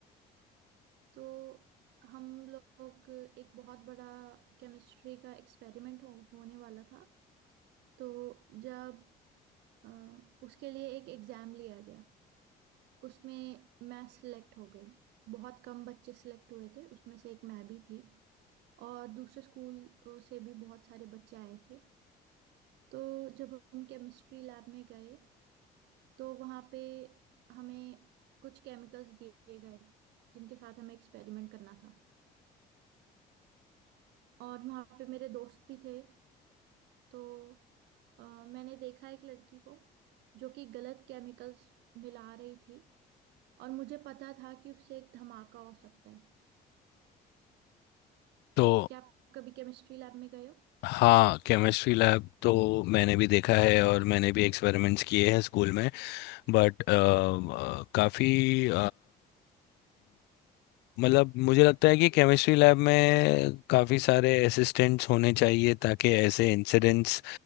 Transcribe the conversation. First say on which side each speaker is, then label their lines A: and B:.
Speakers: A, on the right; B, on the left.
A: तो हम लोग एक बहुत बड़ा केमिस्ट्री का एक्सपेरिमेंट हो, होने वाला था तो जब अ, उसके लिए एक एग्जाम लिया गया उसमें मैं सिलेक्ट हो गई बहुत कम बच्चे सिलेक्ट हुए थे उसमें से एक मैं भी थी और दूसरे स्कूल से भी बहुत सारे बच्चे आए थे तो जब हम केमिस्ट्री लैब में गए तो वहाँ पे हमें कुछ केमिकल्स दिए गए जिनके साथ हमें एक्सपेरिमेंट करना था और वहाँ पे मेरे दोस्त भी थे तो अ, मैंने देखा एक लड़की को जो कि गलत केमिकल्स मिला रही थी और मुझे पता था कि उससे एक धमाका हो सकता है
B: तो
A: क्या आप कभी केमिस्ट्री लैब में गए हो
B: हाँ केमिस्ट्री लैब तो मैंने भी देखा है और मैंने भी एक्सपेरिमेंट्स किए हैं स्कूल में बट काफ़ी मतलब मुझे लगता है कि केमिस्ट्री लैब में काफ़ी सारे असिस्टेंट्स होने चाहिए ताकि ऐसे इंसिडेंट्स